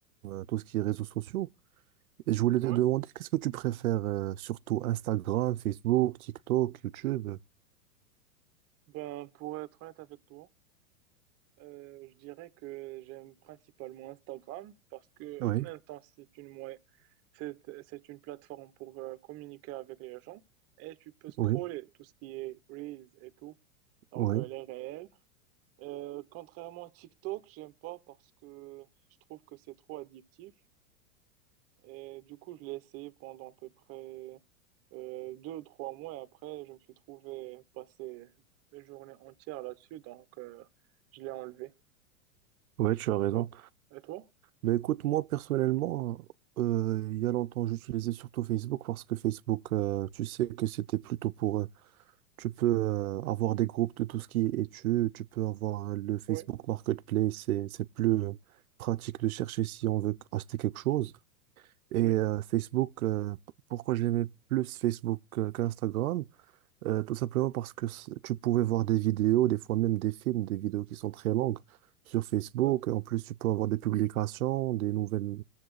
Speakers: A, on the right (about 80°); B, on the right (about 35°).
A: euh, tout ce qui est réseaux sociaux. Et je voulais te
B: Ouais,
A: demander, qu'est-ce que tu préfères euh, surtout Instagram, Facebook, TikTok, YouTube?
B: ben, pour être honnête avec toi, euh, je dirais que j'aime principalement Instagram parce que,
A: Oui,
B: en même temps, c'est une, moy- c'est, c'est une plateforme pour euh, communiquer avec les gens et tu peux scroller
A: oui,
B: tout ce qui est Reels et tout, donc
A: oui,
B: euh, les réels. Euh, contrairement à TikTok, j'aime pas parce que je trouve que c'est trop addictif et du coup, je l'ai essayé pendant à peu près euh, deux ou trois mois et après, je me suis trouvé passer mes journées entières là-dessus, donc euh, je l'ai enlevé.
A: oui, tu as raison.
B: Et toi? Et toi?
A: Mais écoute, moi personnellement, euh, il y a longtemps, j'utilisais surtout Facebook parce que Facebook, euh, tu sais que c'était plutôt pour... euh, tu peux euh, avoir des groupes de tout ce qui est études, tu peux avoir euh, le Facebook
B: Oui,
A: Marketplace, c'est c'est plus euh, pratique de chercher si on veut acheter quelque chose. Et
B: oui,
A: euh, Facebook, euh, p- pourquoi j'aimais plus Facebook euh, qu'Instagram? Euh, tout simplement parce que c- tu pouvais voir des vidéos, des fois même des films, des vidéos qui sont très longues sur Facebook.
B: oui,
A: Et en plus, tu peux avoir des publications, des nouvelles,